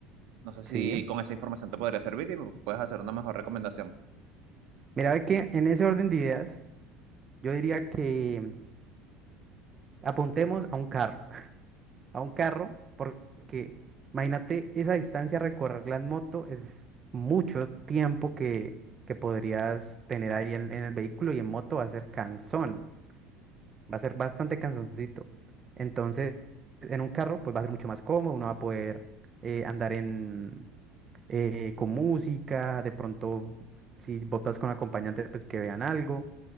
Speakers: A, on the right; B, on the right.
A: No sé si
B: Sí.
A: con esa información te podría servir y me puedes hacer una mejor recomendación.
B: Mira, ve que en ese orden de ideas, yo diría que apuntemos a un carro. a un carro, porque imagínate esa distancia recorrerla en moto es mucho tiempo que, que podrías tener ahí en, en el vehículo y en moto va a ser cansón, va a ser bastante cansoncito. Entonces, en un carro pues va a ser mucho más cómodo, uno va a poder eh, andar en, eh, con música, de pronto si botas con acompañante pues que vean algo.